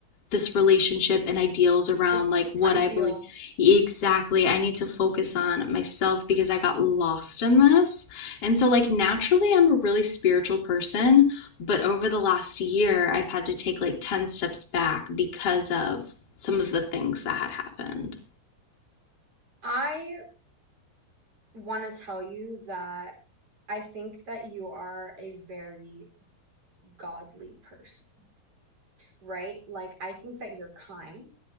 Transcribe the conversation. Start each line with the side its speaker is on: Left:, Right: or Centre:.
Left: this relationship and ideals around
Right: This,
Left: like what
Right: this ideal.
Left: I believe. Exactly. I need to focus on myself because I got lost in this. And so, like, naturally, I'm a really spiritual person, but over the last year, I've had to take like 10 steps back because of some of the things that had happened.
Right: I want to tell you that I think that you are a very godly person. right? Like, I think that you're kind,